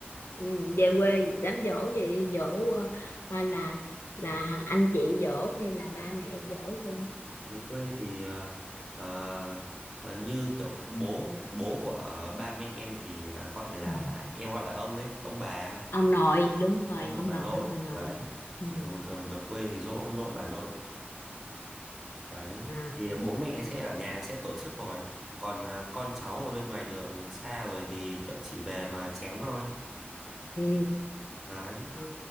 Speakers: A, on the left; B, in the centre.
A: ừ, về quê đám giỗ gì giỗ ờ, à, là là anh chị giỗ hay là ba mẹ giỗ luôn
B: Về quê thì ờ, ờ, ờ, như kiểu bố, bố của ba mẹ em thì ờ, gọi là,
A: ừ.
B: em gọi là ông ấy, ông bà ấy.
A: ông nội đúng rồi
B: ông nội
A: ông
B: bà
A: nội
B: nội
A: bà nội
B: đấy
A: ừ.
B: thì thường thường về quê thì dỗ ông nội bà nội đấy
A: à
B: thì bố mẹ sẽ ở nhà sẽ tổ chức rồi còn à, con cháu ở bên ngoài đường xa rồi thì kiểu chỉ về mà chén thôi
A: ừ.
B: đấy
A: Ờ,